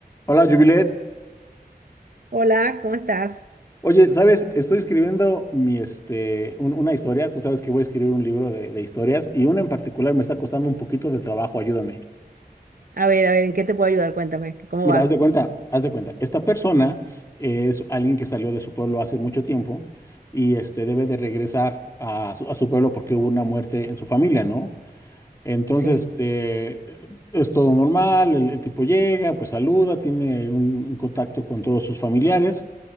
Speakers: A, on the left; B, on the right.
A: Hola, Jubilet.
B: Hola, ¿cómo estás?
A: Oye, ¿sabes? Estoy escribiendo mi, este, un- una historia. Tú sabes que voy a escribir un libro de, de historias y una en particular me está costando un poquito de trabajo. Ayúdame.
B: A ver, a ver, ¿en qué te puedo ayudar? Cuéntame, ¿cómo
A: Mira,
B: va?
A: haz de cuenta, haz de cuenta. Esta persona es alguien que salió de su pueblo hace mucho tiempo y este, debe de regresar a su, a su pueblo porque hubo una muerte en su familia, ¿no? Entonces,
B: Sí,
A: este, es todo normal. El, el tipo llega, pues saluda, tiene un un contacto con todos sus familiares.